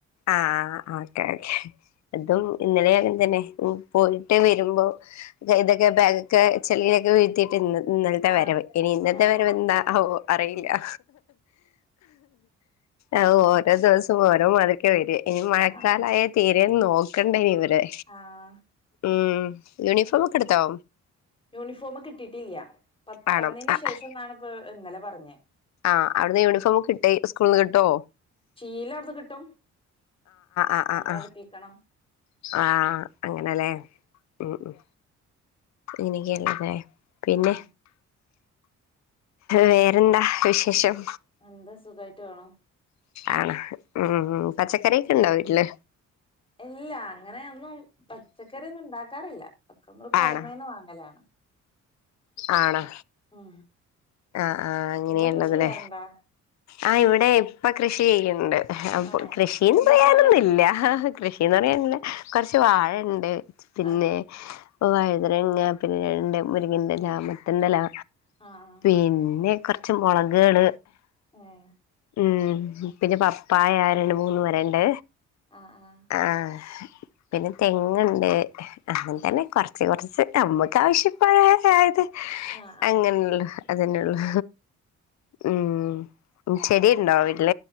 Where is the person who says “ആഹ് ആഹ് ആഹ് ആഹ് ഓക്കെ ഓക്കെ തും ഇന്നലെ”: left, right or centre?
Left